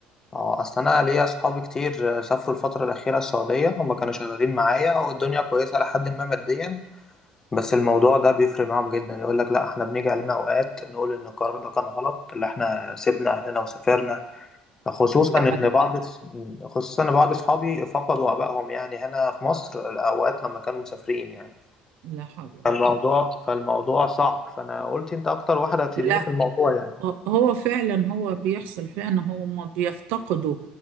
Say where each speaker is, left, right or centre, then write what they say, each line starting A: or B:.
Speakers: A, on the left; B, on the right.
A: اه اصل انا ليا اصحابي كتير سافروا الفتره الاخيره السعوديه هما كانوا شغالين معايا والدنيا كويسه لحد ما ماديا بس الموضوع ده بيفرق معاهم جدا يقول لك لا احنا بنيجي علينا اوقات نقول ان القرار ده كان غلط اللي احنا سيبنا اهلنا وسافرنا خصوصا
B: لا
A: ان بعض خصوصا ان بعض اصحابي فقدوا ابائهم يعني هنا في مصر الاوقات لما كانوا مسافرين يعني
B: لا حول ولا
A: فالموضوع
B: قوة
A: فالموضوع صعب فانا قلت انت اكتر واحده هتفيديني
B: لا
A: في الموضوع يعني
B: هو فعلا هو بيحصل فعلا هما بيفتقدوا